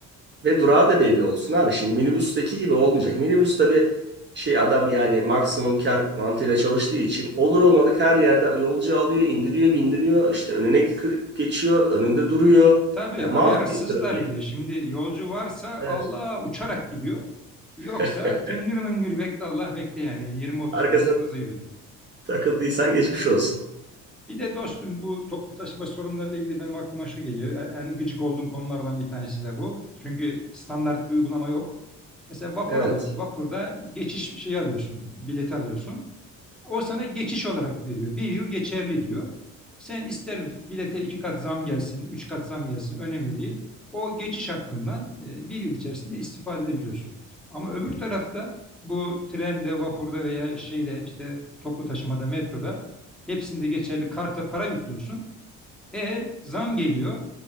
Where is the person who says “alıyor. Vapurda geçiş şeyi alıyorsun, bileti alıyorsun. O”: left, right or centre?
Centre